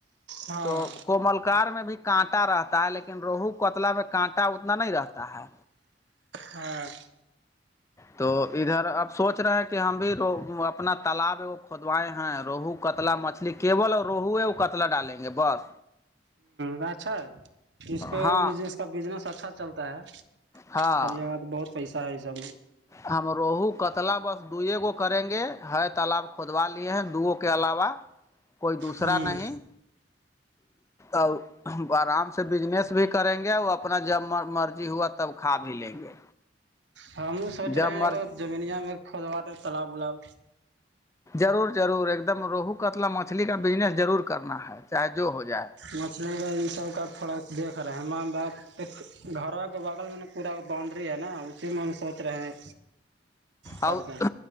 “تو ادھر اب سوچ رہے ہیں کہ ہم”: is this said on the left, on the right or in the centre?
Left